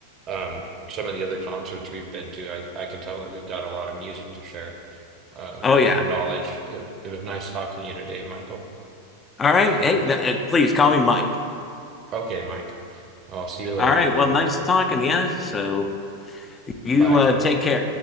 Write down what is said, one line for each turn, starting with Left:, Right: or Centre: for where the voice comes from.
Right: um, some of the other concerts we've been to. I, I can tell that we've got a lot of music to share, um,
Left: oh, yeah.
Right: knowledge. It, it was nice talking to you today, Michael.
Left: All right.
Right: Mm,
Left: Hey, uh, please call me Mike.
Right: Okay, Mike. I'll see you later.
Left: All right. Well, nice talking to you. So you
Right: Bye.
Left: uh, take care.